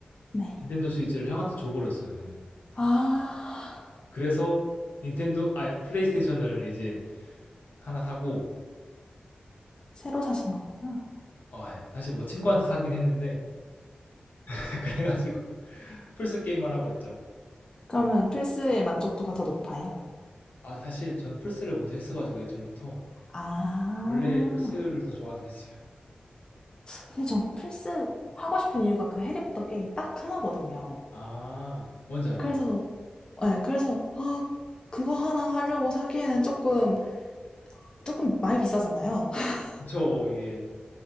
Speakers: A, on the left; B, on the left.
A: 네.
B: 닌텐도 스위치를 형한테 줘버렸어요, 그냥.
A: 아,
B: 그래서 닌텐도, 아니, 플레이스테이션을 이제 하나 사고
A: 새로 사신 거구나.
B: 어, 예. 사실 뭐 친구한테 사긴 했는데 <laughs> 그래가지고 플스 게임만 하고 있죠.
A: 그러면 플스의 만족도가 더 높아요?
B: 아 사실 저는 플스를 먼저 했어가지고 예전부터
A: 아,
B: 원래 플스를 더 좋아하긴 했어요.
A: 근데 전 플스 하고 싶은 이유가 그 해리포터 게임 딱 하나거든요.
B: 아 뭔지 알아요.
A: 그래서, 네, 그래서, 아, 그거 하나 하려고 사기에는 조금, 조금 많이 비싸잖아요. <laughs>
B: 저 이게